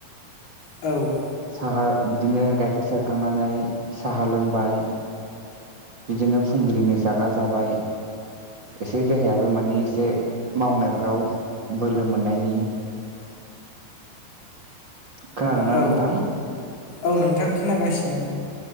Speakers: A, on the left; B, on the right.
A: औ
B: साहा बिदिनो गाइखेर सेरखांनानै साहा लोंबाय बिदिनो फुंबिलिनि जाग्रा जाबाय एसे देहायाबो मानि एसे मावनायफ्राव बोलो मोननायनि खोनादों ना
A: औ
B: नोंथां
A: औ नोंथां खोनागासिनो